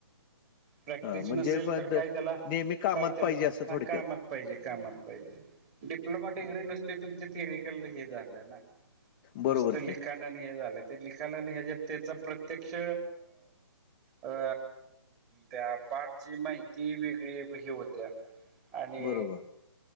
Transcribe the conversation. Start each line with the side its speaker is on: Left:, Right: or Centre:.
Right: प्रॅक्टिस
Left: हां, म्हणजे
Right: नसेल
Left: मग
Right: तर काही त्याला
Left: नेहमी कामात
Right: काही त्याला
Left: पाहिजे असं
Right: ह
Left: थोडक्यात.
Right: कामात पाहिजे कामात पाहिजे. डिप्लोमा डिग्री नुसते तुमचे थेरिकल हे झालं ना.
Left: बरोबर
Right: नुसतं
Left: की.
Right: लिखाानन हे झालं ते लिखानन हे जे त्याच प्रत्यक्ष... अ त्या पाठची माहिती वेगळी हे होत्या. आणि
Left: बरोबर.